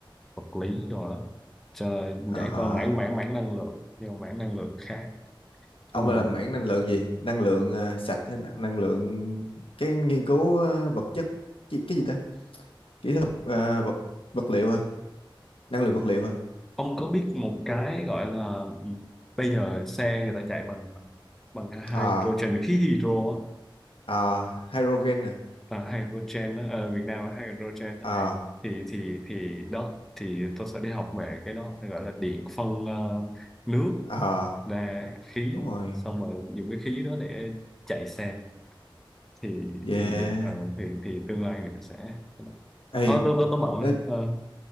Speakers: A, in the centre; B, on the left (about 85°).
A: vật lý đồ đó Chờ, nhảy
B: Ờ
A: qua mảng mảng mảng năng lượng nhưng mảng năng lượng khác nhưng
B: ông
A: mà
B: là làm mảng năng lượng gì năng lượng ờ, sạch hay năng năng lượng cái nghiên cứu ờ, vật chất cái, cái gì ta kỹ thuật ờ, vật vật liệu hả năng lượng vật liệu hả
A: ông có biết một cái gọi là gì? bây giờ xe người ta chạy bằng ờ, bằng hydrogen
B: à
A: khí hydro á.
B: à hydrogen hả
A: à, hydrogen á, ờ, Việt Nam là hydrogen
B: à
A: thì thì thì đó thì tôi sẽ đi học về cái đó gọi là điện phân ờ, nước
B: à
A: ra khí
B: đúng rồi
A: xong rồi dùng cái khí đó để chạy xe thì
B: yeah
A: thì ờ, thì thì tương lai người ta sẽ
B: Ê,
A: thôi tôi tôi tôi bận
B: nói,
A: rồi ờ,